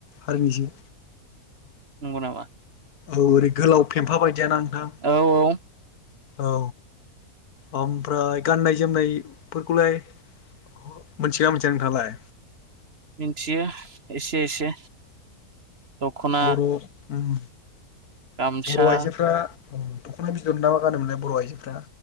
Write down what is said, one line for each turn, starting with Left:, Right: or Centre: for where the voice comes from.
Left: हारिनिसो
Right: नंगौ नामा?
Left: औ ओरै गोलाव फेमफा बायदियाना? नोंथां
Right: औ औ
Left: औ ओमफ्राय गाननाय जोमनाय फोरखौलाय मोनथिगोना मोनथिया नोंथांङालाय
Right: मिथियो एसे एसे दख'ना
Left: बर' ओम
Right: गामसा
Left: बर' आइजोफ्रा दख'ना बिदन नामा गानोमोनलाय बर' आइजोफ्रा?